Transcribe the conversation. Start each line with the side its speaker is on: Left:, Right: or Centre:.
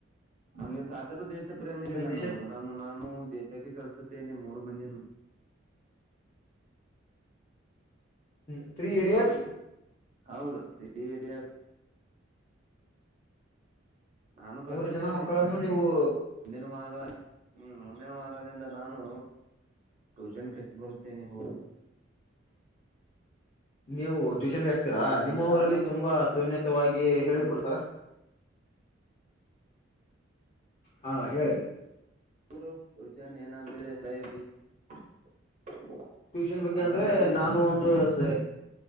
Right: ಹಂಗೆ ಸಾಕರ ದೇಶ ಪ್ರೇಮಿರೀ
Left: ನಿಮ್ಗೆ
Right: ನನ್ನ
Left: ದೇಶ
Right: ಮಗ ನಾನು ನಾನು ದೇಶಕ್ಕೆ ಕಳಸುತ್ತೇನೆ ಮೂರು ಮಂದಿನ
Left: ಹ್ಮ ತ್ರೀ ಇಡಿಯಟ್ಸ್
Right: ಹೌದು ತ್ರೀ ಈಡಿಯಟ್ಸ್ ನಾನು ಕಳ್ಸುತ್ತೇನೆ
Left: ಮೂರು ಜನ ಮಕ್ಕಳನ್ನು ನೀವು
Right: ಮುಂದಿನ ವಾರ ಹ್ಮ ಮುಂದಿನ ವಾರದಿಂದ ನಾನು ಟ್ಯೂಷನಕ ಹಚ್ಚಿ ಬರುತೇನೆ ಹೊ
Left: ನೀವು ಟ್ಯೂಷನ್ ಗೆ ಹಚ್ಚತ್ತಿರಾ
Right: ನಿಮ್ಗೆ
Left: ನಿಮ್ಮ
Right: ಯಾವ್ದಾದರೂ
Left: ಊರಲ್ಲಿ ತುಂಬಾ ಅತ್ಯುನ್ನತವಾಗಿ ಹೇಳಿ
Right: ಒಂದು
Left: ಕೊಡ್ತಾರಾ ಹಾ ಹೇಳಿ
Right: <unintelligible>
Left: ಟ್ಯೂಷನ್ ಬಗ್ಗೆ
Right: ಯಾವ್ದಾದ್ರು
Left: ಅಂದ್ರೆ
Right: ಇದೆಯಾ
Left: ನಾನು ಒಂದು ಸೆ